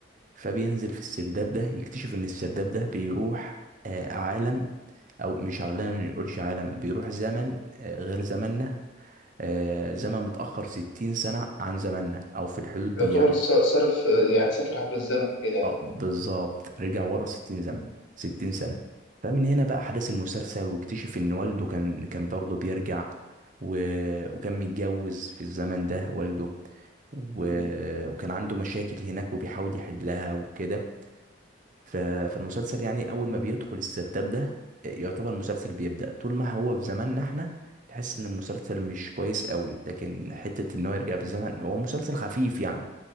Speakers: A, on the right; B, on the left.
A: فبينزل في السرداب ده يكتشف ان السرداب ده بيروح آه، عالم او مش عالم نقولش عالم بيروح زمن آه، غير زماننا آه، زمن متأخر ستين سنة عن زماننا او في الحدود
B: يعتبر
A: دي يعني
B: ص- صرف آه، يعني سافر عبر الزمن وكده يعني
A: اه بالظبط رجع ورا 60 زمن
B: مم.
A: 60 سنة فمن هنا بقى أحداث المسلسل واكتشف إن والده كان كان برضه بيرجع و... وكان متجوز في الزمن ده والده و...
B: مم.
A: وكان عنده مشاكل هناك وبيحاول يحلها وكده ف... فالمسلسل يعني أول ما
B: مم.
A: بيدخل السرداب ده يعتبر المسلسل بيبدأ طول ما هو في زماننا احنا تحس إن المسلسل مش كويس قوي لكن حتة إن هو يرجع بالزمن هو مسلسل خفيف يعني